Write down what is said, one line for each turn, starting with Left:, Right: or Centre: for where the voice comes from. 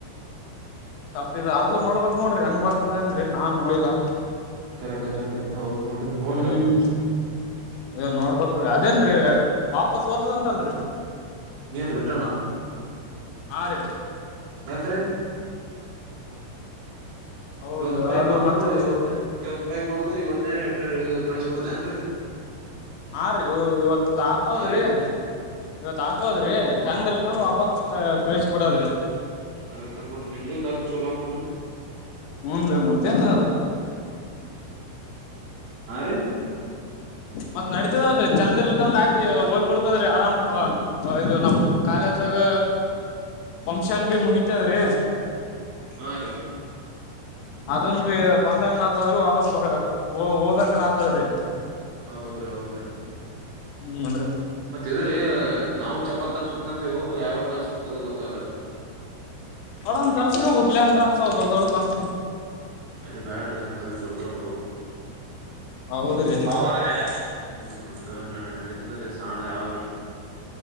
Left: ಸ್ವಲ್ಪ ಇ ಅರ್ದು ನೋಡ್ಬಕ್ ನೋಡ್ರಿ ಹೆಂಗ ಬರ್ತದೇನ್ರೀ ನಾನ್ ನೋಡಿಲ್ಲಾ
Right: ಕರ ಕರ ರ ಹೌದು ನೋಡ್ರಿ ನೋಡ್ರಿ
Left: ಹ್ಮ್
Right: ಅದು
Left: ಅದೇ ನೋಡ್ಬೇಕ್ರೀ ಅದೇನ್ರೀ ವಾಪಸ್ ಓತದಂತಲ್ರಿ
Right: ನೀ ರಿಟರ್ಣಾ
Left: ಆರು
Right: ಹತ್ರ
Left: ಹೌದು
Right: ಇವತ್ ಉಪಾಯಿ
Left: ಅದು
Right: ಮಾಡುದು
Left: ಮತ್ತ
Right: ಇವತ್ತ ಇವತ್ತು ಉಪಾಯಗ ಮಾಡುದು ಇವತ್ತೇ ಕಳಿಸ ಬಿಡುದ ಏನ್ರರಿ
Left: ಹಾ ರೀ ಇವತ್ ಹಾಕೋದ್ರಿ
Right: ಹಾ ರೀ
Left: ಇವತ್ ಹಾಕೋದ್ರಿ ಚಂದ ನ ವಾಪಸ್ ಕಳಿಸ ಕೊಡಾದ್ರೆ
Right: ಕರ ಕರ ನೋಡ್ರಿ ನಿಮ್ದಾಗ ಚಲೋ ಆತ್ ನೋಡ್ರಿ
Left: ಹನ್ ಮತ್ತೆ ನ್
Right: ಆರು
Left: ಮತ್ ನಡತದಲ್ರಿ ಚಂದ್ ಇರ್ಲಕಂದ್ರ ಆಯ್ತ ಹೋಗ್ಬ ಬಿಡ್ತದ್ರಿ ಆರಾಮ್ ಇದು ನಮ್ ಕಾಲೇ ದಾಗ ಪಫಂಶನ್ ಭ ಮುಗಿತದ್ರಿ
Right: ಹಾ ರೀ
Left: ಅದನ್ ಬಿ ಬಂದಂಗ ನಾತದ್ರಿ ವಾಪಸ್ ಕೊ ಹೋದಂಗ ನಾತದ್ರಿ
Right: ಹೌದ್ರ ಹೌದ್ರ
Left: ಹ್ಮ್ ನೋಡ್ರಿ
Right: ಮತ್ತ ಇದ್ರೀ ನಾವು ಚಪಾತ್ ತರ ಸುಕ್ನತ್ತೇವು ಯಾವ ತರ ಸುಕ್ ಕದು ಗೊತ್ತಾಗಲ್ಲದ್ರೆ
Left: ನೋಡ ಒ ತರ್ಸ್ರರಿ ಉಡ್ಲ್ಯಂಡ್ ಅಂತ ದೊಡ್ಡ ದೊಡ್ಡ ಕನ್
Right: ಎಲ್ಲಿ ಬ್ಯಾಡ್ರಿ ಅಂತ ದೊಡ್ಡ ದೊಡ್ಡ
Left: ಹೌದ್ರಿ
Right: ಹೌದ್ರ ಹ್ಮ್ ನಡತ ಸಾಣ ಅವರು